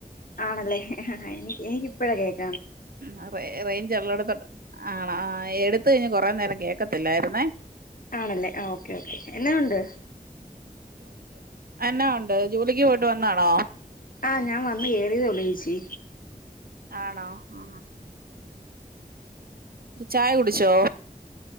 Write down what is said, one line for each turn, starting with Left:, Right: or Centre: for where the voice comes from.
Left: ആണല്ലേ എനിക്ക് എനിക്കിപ്പഴ കേക്ക
Right: ആ റെയിഞ്ച് ഉള്ളത്തോട്ട് - ആണോ എടുത്ത് കഴിഞ്ഞ് കൊറെ നേരം കേൾക്കത്തില്ലായിരുന്നേ
Left: ആണല്ലേ ആ ഓക്കെ ഓക്കെ എന്നാ ഉണ്ട്
Right: എന്നന്ന ഉണ്ട് ജോലിക്ക് പോ- വന്നാണോ
Left: ആ ഞാൻ വന്ന് കേയറിയതെയുള്ളു ചേച്ചി
Right: ആണോ ആ ചായ കുടിച്ചോ